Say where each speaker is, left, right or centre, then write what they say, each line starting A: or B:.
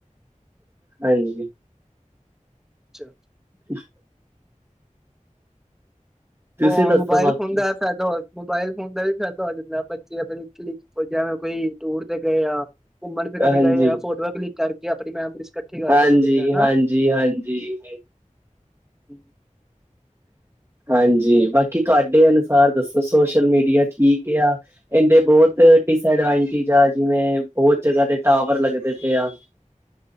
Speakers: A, on the right; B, in the centre.
A: ਹਾਂਜੀ
B: ਅੱਛਾ।
A: ਅੱ ਤੁਸੀਂ
B: ਉਹ
A: ਦੱਸੋ
B: ਮੋਬਾਈਲ
A: ਬਾਕੀ
B: ਫੋਨ ਦਾ ਐ ਫਾਇਦਾ ਹੋ ਮੋਬਾਇਲ ਫੋਨ ਦਾ ਵੀ ਫਾਇਦਾ ਹੋ ਜਾਂਦਾ, ਬੱਚੇ ਪਹਿਲ ਜਿਵੇਂ ਕੋਈ, ਟੂਰ ਤੇ ਗਏ ਆ ਘੁੰਮਣ-ਫਿਰਨ
A: ਹਾਂਜੀ
B: ਗਏ ਆ, ਫੋਟੋਆਂ ਕਲਿੱਕ ਕਰਕੇ ਆਪਣੀ ਮੈਮਰੀਜ਼ ਇਕੱਠੀ ਕਰ
A: ਹਾਂਜੀ
B: ਸਕਦੇ, ਹੈਨਾ।
A: ਹਾਂਜੀ
B: ਹਮ
A: ਹਾਂਜੀ
B: <inaudible>
A: ਹਾਂਜੀ, ਬਾਕੀ ਤੁਹਾਡੇ ਅਨੁਸਾਰ ਦੱਸੋ, ਸੋਸ਼ਲ ਮੀਡੀਆ ਠੀਕ ਯਾ? ਇਂਹਦੇ ਬਹੁਤ ਡਿਸਐਡਵਾਂਟੇਜ ਆ, ਜਿਵੇਂ, ਬਹੁਤ ਜਗ੍ਹਾ ਤੇ ਟਾਵਰ ਲੱਗਦੇ ਪਏ ਆ।